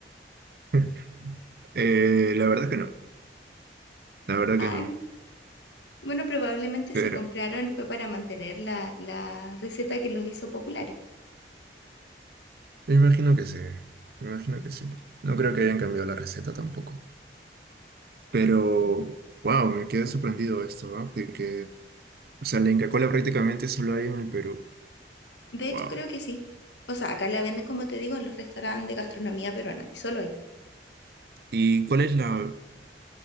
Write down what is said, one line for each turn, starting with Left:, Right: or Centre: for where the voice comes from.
Right: <laughs> Eh, la verdad que no, la verdad
Left: Ah,
Right: que no,
Left: bueno, probablemente
Right: pero
Left: si compraron fue para mantener la, la receta que los hizo populares.
Right: me imagino que sí, me imagino que sí. No creo que hayan cambiado la receta tampoco. Pero, wow, me quedé sorprendido esto, ¿ah? De que, o sea, la Inca Kola prácticamente solo hay en el Perú.
Left: De
Right: Wow.
Left: hecho, creo que sí. O sea, acá la venden, como te digo, en los restaurantes de gastronomía peruana, y solo ahí.
Right: ¿Y cuál es la, o